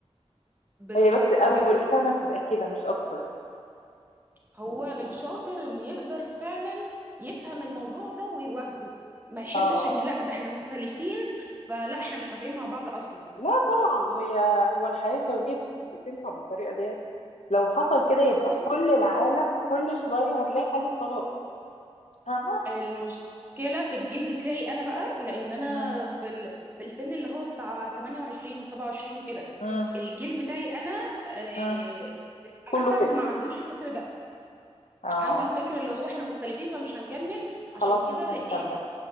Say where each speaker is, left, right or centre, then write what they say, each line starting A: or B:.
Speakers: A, on the right (about 15°); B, on the left (about 85°).
A: <laughs> بالظبط
B: هي بس اول
A: كده
B: سنه بتبقى كده مش اكتر
A: هو الشاطر اللي يقدر فعلا يفهم الموضوع ده ويواجهه ما يحسش
B: اه
A: ان لا ده احنا مختلفين فلا احنا مش نافعين مع بعض اصلا
B: لا طبعا هي هو الحياه الزوجيه بتنفع بالطريقه ديت لو حصل كده يبقى
A: بالظبط
B: كل العالم كل شويه هتلاقي حاله طلاق فاهمه
A: المشكله في الجيل بتاعي انا بقى لان انا
B: مم.
A: في ال... في السن اللي هو بتاع 28 و27 وكده
B: مم.
A: الجيل بتاعي انا آه...
B: مم.
A: للاسف
B: كله كده
A: ما عندوش الفكر ده
B: اه
A: عنده الفكر اللي هو احنا مختلفين فمش هنكمل
B: خلاص
A: عشان كده
B: مش
A: لقيت
B: هنكمل